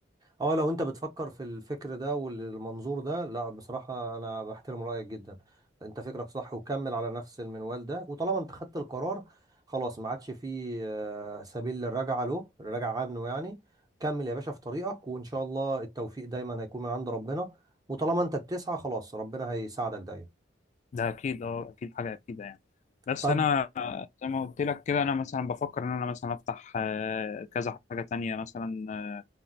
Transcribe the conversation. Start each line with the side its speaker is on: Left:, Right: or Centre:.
Right: اه لو انت بتفكر في الفكر ده والمنظور ده لا بصراحة انا بحترم رأيك جدا انت فكرك صح وكمل على نفس المنوال ده وطالما انت خدت القرار خلاص ما عادش فيه آه، سبيل للرجعة له الرجعة عنه يعني كمل يا باشا في طريقك وان شاء الله التوفيق دايما هيكون من عند ربنا وطالما انت بتسعى خلاص ربنا هيساعدك دايما
Left: ده اكيد اه اكيد حاجة اكيدة يعني بس
Right: طب
Left: انا زي ما قلت لك كده انا مثلا بفكر ان انا مثلا افتح آه، كذا حاجة تانية مثلا